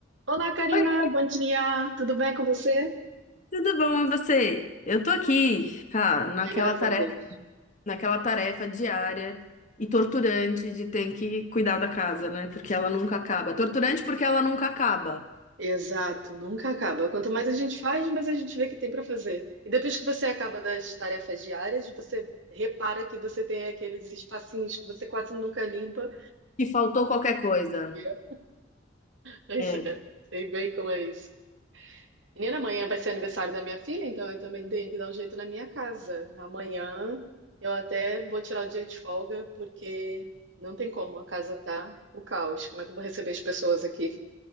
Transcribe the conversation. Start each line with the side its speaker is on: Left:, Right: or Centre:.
Right: Olá, Karina,
Left: Oi,
Right: bom dia. Tudo bem com você?
Left: tudo bom e você? Eu tô aqui, cara, naquela
Right: Bem, graças
Left: tarefa,
Right: a Deus.
Left: naquela tarefa diária e torturante de ter que cuidar da casa, né? Porque ela nunca acaba. Torturante porque ela nunca acaba.
Right: Exato, nunca acaba. Quanto mais a gente faz, mais a gente vê que tem para fazer. E depois que você acaba das tarefas diárias, você repara que você tem aqueles espacinhos que você quase nunca limpa.
Left: E faltou qualquer coisa.
Right: Yeah. Pois
Left: É.
Right: é, sei bem como é isso. Menina, amanhã vai ser aniversário da minha filha, então eu também tenho que dar um jeito na minha casa. Amanhã eu até vou tirar o dia de folga, porque não tem como, a casa tá o caos. Como é que eu vou receber as pessoas aqui?